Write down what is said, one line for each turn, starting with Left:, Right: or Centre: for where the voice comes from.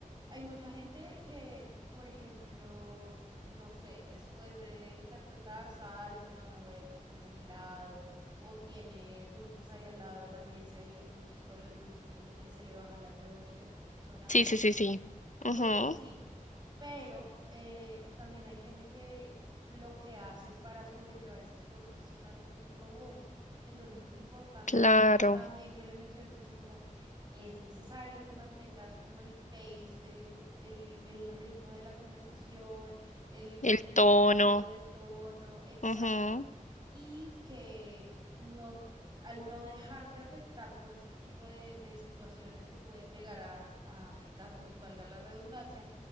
Right: Hay mucha gente que, por ejemplo, no sé, después de interpretar, sale, se da una vuelta, se come un helado o tiene dulces ahí al lado de la mesa y entonces con los dulces como que se le bajan las revoluciones porque son ácidos
Left: Sí, sí, sí, sí. Ujú,
Right: cosas así. Pero eh, también hay gente que lo que hace para sobrellevar esas cosas es sonar como un robot. Entonces es importante
Left: claro,
Right: también que le menciones eso como es necesario que mantengas como el pace de el, el ritmo de la conversación, el mismo
Left: el tono.
Right: tipo de tono, exacto,
Left: ujú,
Right: y que no al no dejarte afectar por este tipo de, de situaciones que pueden llegar a, a afectarnos, valga la redundancia,